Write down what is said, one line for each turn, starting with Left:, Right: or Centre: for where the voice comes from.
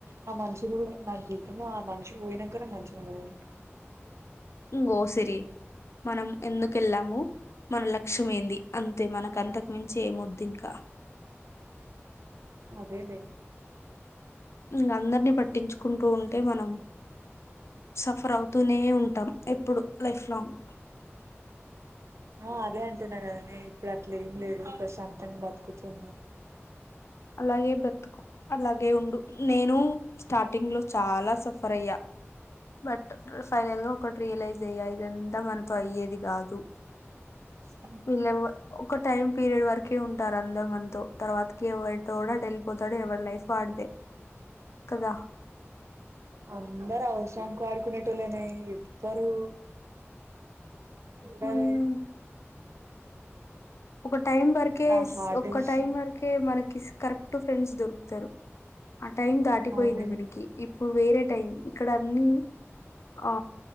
Right: ఆ మనుషులు కూడా నా జీవితం ఆ మనుషులు పోయినంక నే మంచిగా ఉన్న నేను
Left: మ్ గో సిరి మనం ఎందుకు వెళ్ళాము మన లక్ష్యమేంది అంతే మనకంతకు మించి ఏమొద్దింకా
Right: అదేలేే
Left: ఇంగ అందరినీ పట్టించుకుంటూ ఉంటే మనం సఫర్ అవు తూనే ఉంటాం ఎప్పుడు లైఫ్ లాంగ్
Right: ఆ అదే అంటున్నా కదనే ఇప్పుడు అట్లే ఏం లేదు ప్రశాంతంగా బతుకుతున్న
Left: అలాగే బ్రతుకు అలాగే ఉండు నేను స్టార్టింగ్ లో చాలా సఫర్ అయ్యా బట్ ఫైనల్ గా ఒకటి రియలైజ్ అయ్యా ఇదంతా మనతో అయ్యేది కాదు
Right: చెప్పి
Left: విలెవ్వ ఒక టైమ్ పీరియడ్ వరకే ఉంటారు అందరు మనతో తర్వాతకి ఎవ తోడు అట్టెల్లిపోతాడు ఎవడి లైఫ్ వాడిదే కదా
Right: అందరు అవసరానికి వాడుకునేటోల్లేనే ఎవ్వరు అంటారే
Left: ఉమ్, ఒక టైం వరకే
Right: నా హార్డెస్
Left: ఒక్క టైం వరకే మనకి కరెక్ట్ ఫ్రెండ్స్ దొరుకుతారు ఆ టైం దాటిపోయింది
Right: అవును
Left: మనకి ఇప్పుడు వేరే టైం ఇక్కడ అన్నీ ఆ